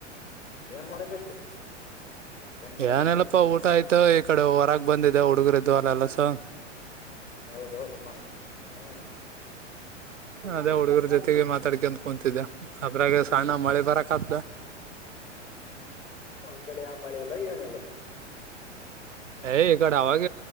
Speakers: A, on the left; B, on the right.
A: ಏನ್ ಮಾಡಕೈತಿ? ಏನ್ ಮಾಡಕೈತಿ
B: ಏನಿಲ್ಲಪ್ಪಾ ಊಟ ಆಯ್ತ ಈ ಕಡೆ ಹೊರಗ್ ಬಂದಿದ್ದೆ ಹುಡುಗರಿದ್ವಲ್ ಅಲ್ಲಸು.
A: ಹೌದೌದಮ್ಮ ಹ್ಮ್
B: ಅದೇ ಹುಡುಗ್ರ್ ಜೊತ್ ತಿಗೆ ಮಾತಾಡ್ಕೊಂನ್ ಕೂತಿದ್ದೆ ಅದ್ರಾಗ ಸಣ್ಣ ಮಳೆ ಬರಕ ಆತ್ದೆ.
A: ನಮ್ಕಡೆ ಆ ಮಳೆಲ್ಲ ಏನಿಲ್ಲ.
B: ಏಯ್ ಈ ಕಡೆ ಅವಾಗ